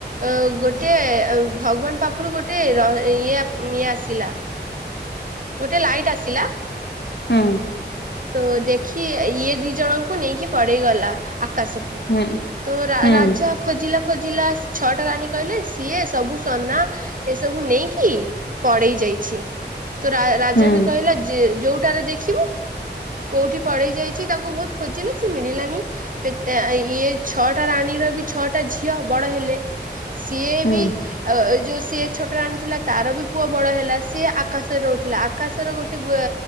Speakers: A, on the right (about 50°); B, on the left (about 70°).
A: ଅ ଗୋଟେ ଭଗବାନ ପାଖରୁ ଗୋଟେ ର ଇଏ ଇଏ ଆସିଲା। ଗୋଟେ ଲାଇଟ୍ ଆସିଲା।
B: ହୁଁ
A: ତ ଦେଖି ଇଏ ଦି ଜଣଙ୍କୁ ନେଇକି ପଳେଇ ଗଲା ଆକାଶକୁ
B: ହୁଁ
A: ତ ରା
B: ହୁଁ
A: ରାଜା ଖୋଜିଲା ଖୋଜିଲା ଛଅଟା ରାଣୀ କହିଲେ ସିଏ ସବୁ ସୋନା ଏସବୁ ନେଇକି ପଳେଇ ଯାଇଛି। ତ ରା ରାଜା
B: ହୁଁ
A: ବି କହିଲା ଯେ ଯୋଉଟାରେ ଦେଖିବୁ କୋଉଠି ପଳେଇ ଯାଇଚି ତାକୁ ବହୁତ ଖୋଜିଲେ ସେ ମିଳିଲାନି ଫିତା ଏ ଇଏ ଛଅଟା ରାଣୀର ବି ଛଅଟା ଝିଅ ବଡ ହେଲେ ସିଏ
B: ହୁଁ
A: ବି ଆ ଯୋଉ ସିଏ ଛୋଟ ରାଣିଥିଲା ତାର ବି ପୁଅ ବଡ ହେଲା। ସିଏ ଆକାଶରେ ରହୁଥିଲା ଆକାଶର ଗୋଟେ ଘୋ